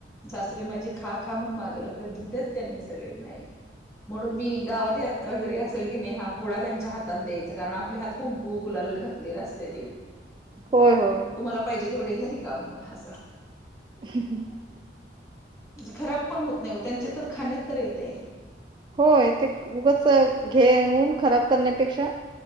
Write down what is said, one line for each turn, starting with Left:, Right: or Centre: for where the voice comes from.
Left: सासरी माझे खा खा म्हणून माग लाग त्या धुत्यात त्यांनी सगळे नाही. म्हणून मी गावात यात्रा जरी असेल की नाही हा पुढ त्यांच्या हातात द्यायच कारण आपली हात. कुंकू गुलाल घातलेला असते ते.
Right: होय होय.
Left: तुम्हाला पाहिजे तेवढे घरी काम हो असं.
Right: ह <inaudible>
Left: खराब पण होत नाही त्यांच्या तर खाण्यात तर येते.
Right: होय ते उगच घेऊन खराब करण्यापेक्षा.